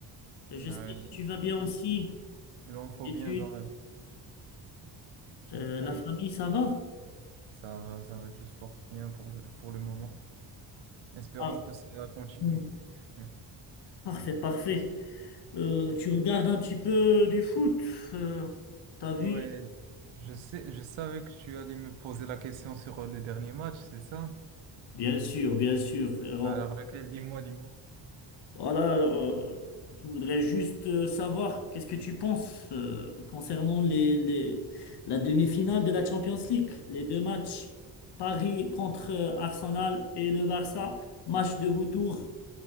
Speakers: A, on the left; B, on the right.
A: Et
B: Ouais,
A: J'espère
B: il,
A: que tu vas bien
B: il-
A: aussi.
B: il en faut
A: Les études,
B: bien dans la vie.
A: euh,
B: Ouais.
A: la famille, ça va?
B: Ça va, ça va, tout se porte bien pour le, pour le moment. Espérons
A: Ah,
B: que ça continue.
A: hmm,
B: <laughs>
A: parfait, parfait. Euh, tu regardes un petit peu du foot, euh, t'as vu?
B: Ouais, je sais, je savais que tu allais me poser la question sur euh, le dernier match, c'est ça?
A: Bien sûr, bien sûr, frérot.
B: Alors lequel? Dis-moi, dis-moi.
A: Voilà, euh, je voudrais juste euh, savoir qu'est-ce que tu penses euh, concernant les, les- la demi-finale de la Champions League, les deux matchs, Paris contre euh, Arsenal et le Barça, match de retour